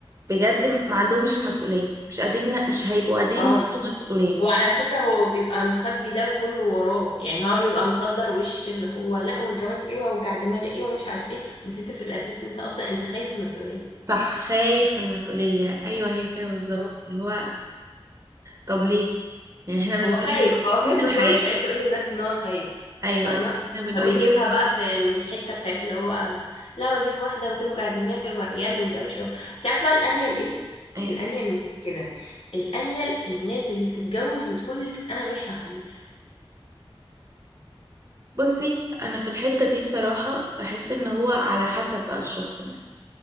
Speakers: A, on the right (about 35°); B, on the left (about 80°).
A: بجد ما عندهمش المسؤولية مش قادرين مش هيبقوا قادرين
B: اه
A: يشيلوا مسؤولية
B: هو على فكرة هو بيبقى مخبي ده كله وراه يعني هو بيبقى مصدر وش اللي هو لا والجواز ايه ووجع دماغي ايه ومش عارف ايه بس انت في الاساس انت اصلا انت خايف من المسؤولية
A: صح خايف من المسؤولية ايوه هي كده بالظبط
B: بالظبط.
A: اللي هو طب ليه يعني احنا بنقول
B: هو خايف
A: لك
B: هو
A: زينة
B: خايف
A: الحياة
B: بس هو مش عايز يقول للناس ان هو خايف
A: ايوه
B: فاهمة
A: احنا بنقول
B: فبيجيبها
A: لك
B: بقى في إن الحتة بتاعت اللي هو لا واجيب واحدة وتوجع دماغي وعيال ودوشة و... انت عارفة بقى الانيل ايه
A: ايه
B: الانيل مش كده الانيل الناس اللي بتتجوز وتقولك انا مش هخلف
A: بصي انا في الحتة دي بصراحة بحس ان هو على حسب بقى الشخص نفسه